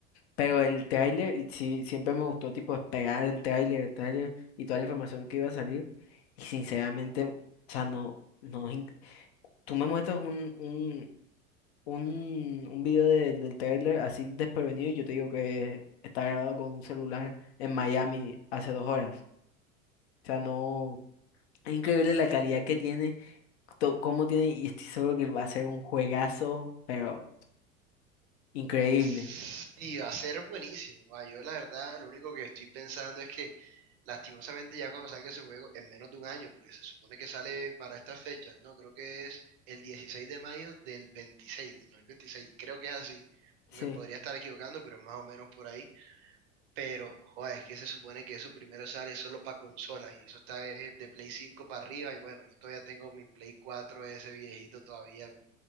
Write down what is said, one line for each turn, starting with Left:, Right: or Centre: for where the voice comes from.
Left: Pero el tráiler, y sí, siempre me gustó tipo esperar el tráiler, el tráiler y toda la información que iba a salir. Y sinceramente, o sea, no, no, es inc- tú me muestras un, un un, un video de- del tráiler así desprevenido y yo te digo que está grabado con un celular en Miami hace dos horas. O sea, no, es increíble la calidad que tiene, to- cómo tiene y estoy seguro que va a ser un juegazo, pero increíble.
Right: Sí, va a ser buenísimo. Ah, yo la verdad, lo único que estoy pensando es que lastimosamente ya cuando salga ese juego, en menos de un año, porque se supone que sale para estas fechas, ¿no? Creo que es el 16 de mayo del 26, del 2026, creo que es así.
Left: Sí,
Right: Me podría estar equivocando, pero es más o menos por ahí. Pero, joder, es que se supone que eso primero sale solo para consolas y eso está de, de Play cinco para arriba y bueno, yo todavía tengo mi Play cuatro ese viejito todavía,